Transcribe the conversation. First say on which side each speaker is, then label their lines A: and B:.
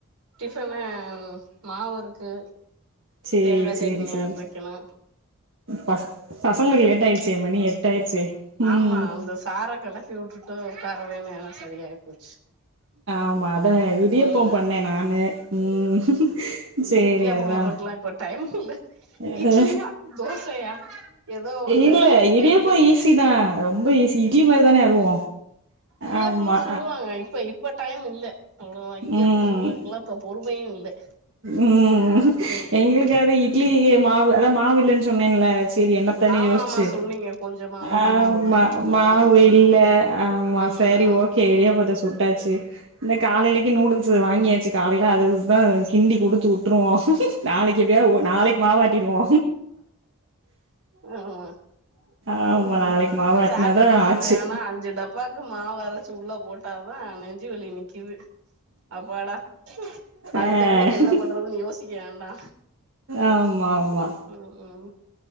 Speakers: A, on the right (about 80°); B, on the right (about 55°).
A: டிஃபன்னூ மாவு இருக்கு
B: சேரி
A: தேங்கா
B: சேரி
A: சட்னி
B: சேரி
A: அரைக்கணு
B: பச பசங்களுக்கு லேட் ஆயிடுச்சே
A: இட்லி
B: மணி எட்டு ஆயிடுச்சே ம்
A: ஆமா அந்த சாரா கடை விட்டுட்டு உக்காரவே நேரோ சரியாயி போச்சு
B: ஆமா அ இடியாப்போ
A: ம்
B: பண்ணே நானு ம் சேரி
A: ம் இடியாப்பம்
B: அதா
A: பண்றதுக்குலா இப்ப டைம் இல்ல
B: அ
A: இட்லியா தோசையா ஏதோ ஒண்ணு
B: இல்ல
A: கேட்டு
B: இடியப்போ ஈசி தா ரொம்ப ஈசி இட்லிமாரி தானே அதுவு
A: இடியாப்புமு
B: ஆமா
A: சுடுவாங்க இப்ப இப்ப டைம் இல்ல அவ்ளோவா இயப்போ
B: ம்
A: சுடுவே அதுக்குல்லா இப்போ பொறுமையும் இல்ல
B: ம்
A: ம்
B: எங்களுக்கு
A: உம்
B: அது இட்லி மாவு அதா மாவில்லன் சொன்னேன்ல செரி என்னத்தனு
A: ஆமா
B: யோசிச்சு
A: ஆமா சொன்னீங்க கொஞ்சமாதா
B: ஆம்மா
A: இருந்ததுன்னு
B: மாவு
A: ம்
B: இல்ல ஆமா
A: ம்
B: செரி
A: ம்
B: ஓகே இடியாப்பத்த சுட்டாச்சி இந்த காலையிலக்கு நூடுல்ஸ் வாங்கியாச்சி காலையில அததுக்குதா கிண்டி குடுத்து வுட்டுருவோ நாளைக்கு எப்டியா நாளைக்கு மாவாட்டிடுவோ
A: ஆமா
B: ஆமா
A: ஹ்ம் ஹ்ம்
B: நாளைக்கு மாவாட்னாதா
A: சாட்டர்டே சண்டே
B: ஆச்சு
A: ஆனா அஞ்சு டப் பாக்கு மாவு அரைச்சி உள்ள போட்டாதா நெஞ்சு வலி நிக்கிது அப்பாடா அடுத்த
B: ஆ
A: வேலைக்கு என்ன பண்றதுன்னு யோசிக்க வேண்டா
B: ஆமா ஆமா
A: ம் ம்